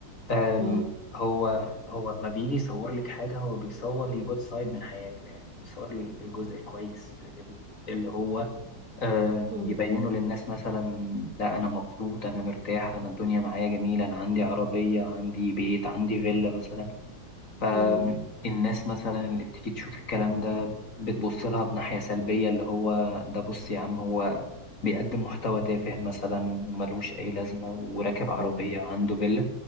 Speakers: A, on the left; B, on the right.
A: أم،
B: مم.
A: هو هو لما بيجي يصور لك حاجة هو بيصور الجود سايد من حياته يعني بيصور الجزء الكويس اللي هو أم،
B: مم.
A: يبينه للناس مثلا لا أنا مبسوط أنا مرتاح أنا الدنيا معايا جميلة أنا عندي عربية عندي بيت عندي فيلا مثلا فالناس
B: مم.
A: مثلا اللي بتيجي تشوف الكلام ده بتبص لها بناحية سلبية اللي هو ده بص يا عم هو بيقدم محتوى تافه مثلا ملوش أي لازمة وراكب عربية
B: مم.
A: وعنده فيلا